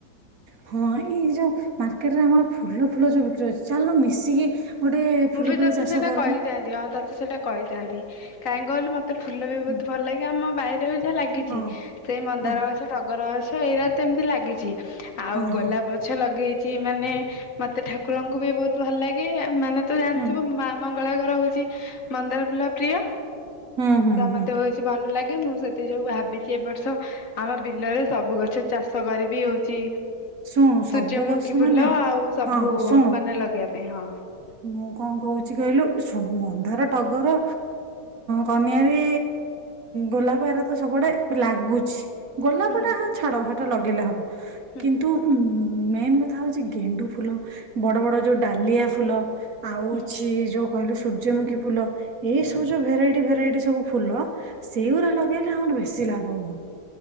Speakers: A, on the right; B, on the left.
A: ହଁ ଏଇ ଯେଉଁ ମାର୍କେଟରେ ଆମର ଫୁଲ ଫୁଲ ଯେଉଁ ବିକ୍ରି ଅଛି ଚାଲ ମିଶିକି ଗୋଟେ ଫୁଲ
B: ମୁଁ ବି
A: ଫୁଲ
B: ତୋତେ
A: ଚାଷ
B: ସେଇଟା
A: କରନ୍ତେ
B: କହିଥାନ୍ତି ହଁ ତୋତେ ସେଟା କହିଥାନ୍ତି। କରନ୍ତି କାଇଁ କହିଲୁ ଏତେ ଫୁଲ ବି
A: ହୁଁ,
B: ବହୁତ ଭଲ ଲାଗେ ଆମ ବାଇରେ ବି ଯାହା ଲାଗିଛି
A: ହଁ
B: ସେଇ ମନ୍ଦାର
A: ହଁ
B: ଗଛ, ଟଗର ଗଛ ଏଇରା ତ ଏମିତି ଲାଗିଛି। ଆଉ
A: ହଁ ହଁ
B: ଗୋଲାପ ଗଛ ଲଗେଇ ଯେ ମାନେ ମତେ ଠାକୁରଙ୍କୁ ବି ବହୁତ ଭଲ ଲାଗେ ମାନେ ତୁ ଜାଣିଥିବୁ
A: ହୁଁ
B: ମାମାଙ୍କ କଳାକାର ହଉଛି ମନ୍ଦାର ଫୁଲ ପ୍ରିୟ
A: ହୁଁ ହୁଁ
B: ତ
A: ହୁଁ
B: ମତେ ହଉଛି ଭଲ ଲାଗେ ଲାଗେ, ମୁଁ ସେଥି ଯୋଗୁ ଭାବିଛି ଏ ବର୍ଷ ଆମ ବିଲରେ ସବୁ ଗଛ ଚାଷ କରିବି ହଉଛି
A: ଶୁଣୁ ସବୁ
B: ସୂର୍ଯ୍ୟମୁଖୀ
A: ଗଛ
B: ଫୁଲ
A: ମାନେ
B: ଆଉ ସବୁ
A: ହଁ ଶୁଣୁ
B: ମାନେ ଲଗେଇବାକୁ ଆ ହଁ
A: ମୁଁ କଣ କହୁଛି କହିଲୁ ଶୁଣୁ ମନ୍ଦାର, ଟଗର, କନିଆରୀ ଗୋଲାପ ଏାର ତ ସବୁଆଡେ ଲାଗୁଛି ଗୋଲାପଟା
B: ହୁଁ
A: ହଁ ଛାଡ଼ ହଟ ଲଗେଇଲେ ହେବ
B: ହୁଁ
A: କିନ୍ତୁ ଉଁ ମେନ୍ କଥା ହଉଛି ଗେଣ୍ଡୁ ଫୁଲ ବଡ ବଡ ଯୋଉ ଡାଲିଆ ଫୁଲ ଆଉ
B: ହୁଁ
A: ଅଛି ଯୋଉ କହିଲୁ ସୂର୍ଯ୍ୟମୁଖୀ ଫୁଲ ଏଇ
B: ହୁଁ।
A: ସବୁ ଯୋଉ ଭେରାଇଟି ଭେରାଇଟି ସବୁ ଫୁଲ ସେଗୁରା ଲଗା ହେଲେ ଆମର ବେଶୀ ଲାଭ ହୁଅନ୍ତା